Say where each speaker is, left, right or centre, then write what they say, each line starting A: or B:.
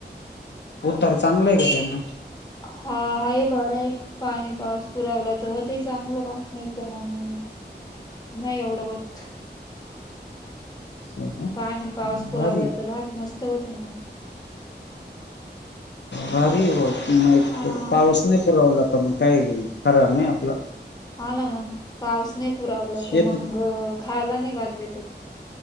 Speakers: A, on the left; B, on the left.
A: उत्तर चांगलं आहे का त्यांना.
B: हा आहे बरं आहे. पाणी पाऊस पुरवला तर हो ते चांगलं पास मित मग नाही एवढं होत.
A: असं आहे का?
B: पाणी पाऊस पुरावला
A: भारी
B: त भात मस्त होतंय मग.
A: भारी वो
B: हा.
A: पाऊस नाही पुरावला तं मग कायी खरं नाही आपलं.
B: हाना मंग पाऊस नही पुरा वला
A: शेतीत
B: तर मंग खायला नाही भात भेटत.